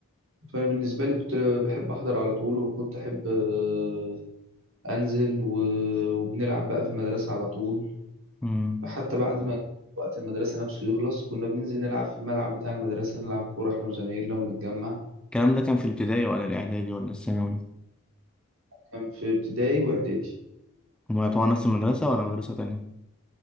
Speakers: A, on the right; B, in the centre.
A: فبالنسبة لي كنت بحب أحضر على طول وكنت أحب آه، أنزل و- وبنلعب بقى في المدرسة على طول
B: امم
A: حتى بعد ما وقت المدرسة نفسه يخلص كنا بننزل نلعب في الملعب بتاع المدرسة نلعب كورة إحنا وزمايلنا ونتجمع
B: الكلام ده كان في الابتدائي ولا الإعدادي ولا الثانوي؟
A: وكان في ابتدائي وإعدادي.
B: هما طبعا نفس المدرسة ولا مدرسة تانية؟